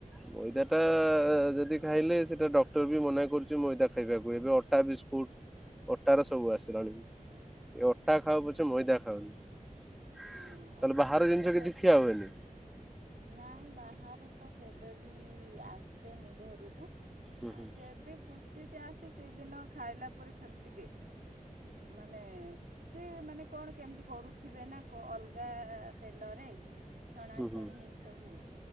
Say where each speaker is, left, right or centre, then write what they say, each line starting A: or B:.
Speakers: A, in the centre; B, on the right.
A: ମଇଦା ଟା ଯଦି ଖାଇଲେ ସେଟା ଡକ୍ଟର ବି ମନା କରୁଚି ମଇଦା ଖାଇବାକୁ ଏବେ ଅଟା ବିସ କୁଟ ଅଟାର ସବୁ ଆସିଲାଣି ଏ ଅଟା ଖାଅ ପଛେ ମଇଦା ଖାଅନି। ତାହେଲେ
B: ହଁ ଅଟାର
A: ବାହାର ଜିନିଷ
B: ତା
A: କିଛି ଖିଆ ହୁଏନି।
B: ନାଇଁ ବାହାରୁ ତ କେବେ ବି ଆସେନି ଘରୁକୁ।
A: ହୁଁ
B: ଆଉ
A: ହୁଁ
B: ଯେବେ କୁଚିତ ଆସେ ସେଦିନ ଖାଇଲା ପରେ ଖାଲି ଟିକେ। ମାନେ ସେ ମାନେ କଣ କେମିତି କରୁଥିବେ ନା ଅଲଗା ତେଲରେ। ଛଣାଛଣି
A: ହୁଁ ହୁଁ
B: ଏଇସବୁ।